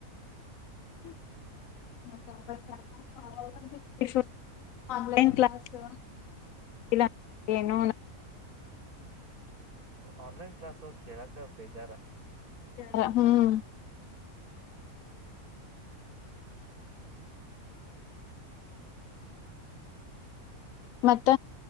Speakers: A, on the left; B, on the right.
A: ಕ್ ಏ
B: ಆನ್ಲೈನ್ ಕ್ಲಾಸ್ ಕೇಳಕ ಬೇಜಾರ
A: ಾರ ಹ್ಮ್ ಮತ್ತ